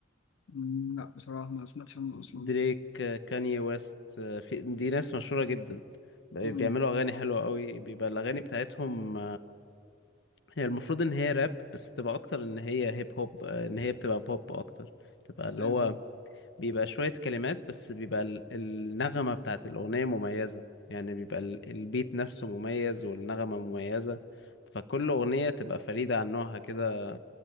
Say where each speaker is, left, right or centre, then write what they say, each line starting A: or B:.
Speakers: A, on the left (about 85°); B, on the left (about 65°).
A: مم، لا بصراحة ما سمعتش عنه
B: دريك
A: أصلا
B: آه، كاني ويست آه، في دي ناس مشهورة جدا بيعملوا
A: مم.
B: أغاني حلوة أوي بيبقى الأغاني بتاعتهم هي المفروض ان هي راب بس بتبقى اكتر ان هي هيب هوب آه، ان هي بتبقى بوب اكتر بتبقى اللي
A: ايوه
B: هو
A: فاهم.
B: بيبقى شوية كلمات بس بيبقى ال- النغمة بتاعت الأغنية مميزة يعني بيبقى ال- البيت نفسه مميز والنغمة مميزة فكل أغنية تبقى فريدة عن نوعها كده